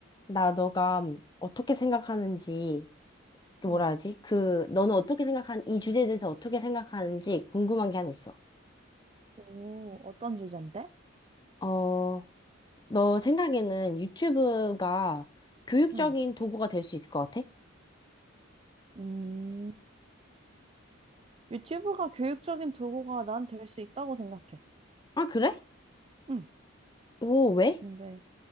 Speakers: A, on the left; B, on the right.
A: 나 너가 어떻게 생각하는지, 또
B: 응.
A: 뭐라 하지? 그, 너는 어떻게 생각한, 이 주제에 대해서 어떻게 생각하는지 궁금한 게 하나 있어.
B: 오, 어떤 주제인데?
A: 어, 너 생각에는 유튜브가 교육적인
B: 응.
A: 도구가 될 수 있을 것 같아?
B: 음, 유튜브가 교육적인 도구가 난 될 수 있다고 생각해.
A: 아, 그래?
B: 응.
A: 오, 왜?
B: 근데,